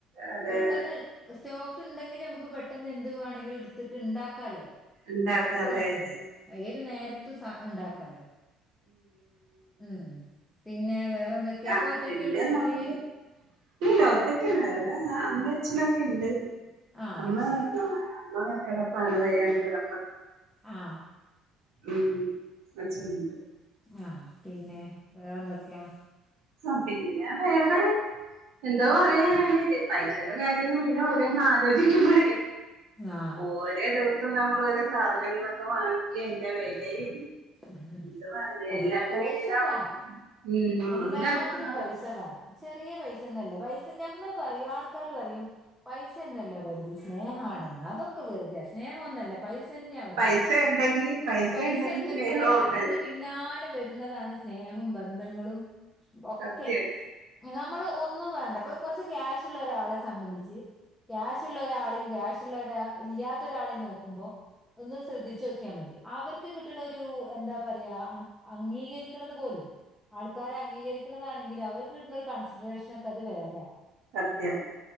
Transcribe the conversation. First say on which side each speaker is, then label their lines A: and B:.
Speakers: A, on the right; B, in the centre.
A: അതെ
B: പെട്ടെന്ന് സ്റ്റോക്ക് ഉണ്ടെങ്കിൽ നമുക്ക് പെട്ടെന്ന് എന്തുവേണമെങ്കിലും എ എത്തിട്ട് ഉണ്ടാക്കാലോ
A: ഉണ്ടാക്കാതെ
B: എപ്പവാണെങ്കിലും
A: അതെ അതെ
B: ഏത് നേരത്തും സ ഉണ്ടാക്കാലോ ഉം പിന്നെ വേറെ എന്തൊക്കെയാ
A: ആ
B: ഒറ്റക്കേ
A: പിന്നെ
B: ഉള്ളൂ വീട്ടില്
A: നമ്മള് ഇല്ല ഒറ്റക്കല്ല എവിടെ അമ്മഅച്ഛനൊക്കെ ഉണ്ട്
B: ആ
A: അമ്മ
B: അത് ശരി
A: ആ അമ്മ കിടപ്പാണ് വയ്യാണ്ട് കിട
B: ആ
A: ഉം അച്ഛന ഇണ്ട്
B: ആഹ പിന്നെ വേറെന്തൊക്കെയാ,
A: ആ പിന്നെ വേറെ എന്തോ പറയാനാണ് പൈസ ചെല കാര്യങ്ങൾ ഇങ്ങനെ ഓരോന്ന് ആലോചിക്കുമ്പോഴേ
B: ആ
A: ഓരോ ദിവസം നമ്മൾ ഒരോ സാധനങ്ങളൊക്കെ വാങ്ങി എന്റെ വിലയും
B: ഉം
A: ഇത്
B: അ
A: എല്ലാത്തിലും
B: പൈസ വേണം
A: ഉം
B: എല്ല
A: അതിലധികം
B: എല്ലാത്തിനും പൈസ വേണം ചെറിയ പൈസ ഒന്നല്ല പൈസ ഞമ്മൾ പറയും ആൾക്കാർ പറയും പൈസൊന്നല്ല വലുത് സ്നേഹാണെന്ന് അതൊക്കെ വെറുതയ സ്നേഹന്നല്ല പൈസന്നെ വലുത്
A: പൈസ ഉണ്ടെങ്കി പൈസ
B: പൈസണ്ടങ്കിൽ
A: ഉണ്ടെങ്കി സ്നേഹമുണ്ട്
B: അതിന്റെ പിന്നാലേ വരു - വരുന്നതാണ് സ്നേഹവും ബന്ധങ്ങളും ഒക്കെ
A: സത്യം
B: നമ്മള് ഒന്നും വേണ്ട പ്പൊ കൊറച്ച് ക്യാഷ്ള്ള ഒരാളെ സംബന്ധിച്ച് ക്യാഷ്ള്ള ഒരാളെയും ക്യാഷ്ള്ള ഒരാ ഇല്ലാത്ത ഒരാളെയും നോക്കുമ്പോ ഒന്ന് ശ്രദ്ധിച്ച് നോക്കിയാ മതി അവർക്ക് കി കിട്ട്ണ ഒരു എന്താ പറയാ അംഗീകരിക്കണത് പോലും ആൾക്കാരെ അംഗീകരിക്കണതാണെങ്കിലും അവർക്ക് കിട്ടുന്ന ഒരു കൺസിഡറേഷന ഒക്കെ അത് വേറെയാ
A: സത്യം